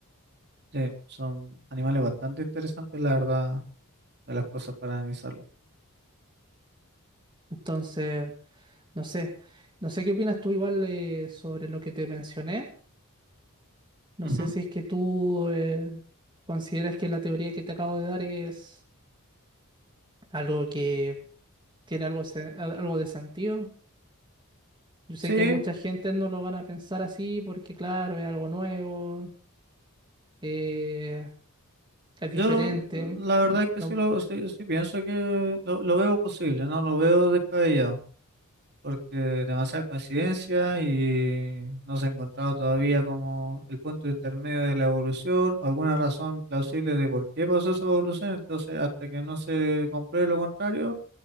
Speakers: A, on the right; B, on the right.
A: Sí, son animales bastante interesantes, la verdad. de las cosas para analizarlo.
B: Entonces, no sé, no sé qué opinas tú igual eh, sobre lo que te mencioné No
A: Ujú.
B: sé si es que tú eh, consideras que la teoría que te acabo de dar es algo que tiene algo, se- al- algo de sentido. Yo sé
A: Sí,
B: que mucha gente no lo van a pensar así porque, claro, es algo nuevo, eh, es
A: yo
B: diferente.
A: la verdad que
B: No-
A: sí, lo, sí, sí pienso que lo, lo veo posible, no lo veo descabellado, porque demasiada coincidencia y no se ha encontrado todavía como el punto intermedio de la evolución, o alguna razón plausible de por qué pasó esa evolución, entonces hasta que no se compruebe lo contrario,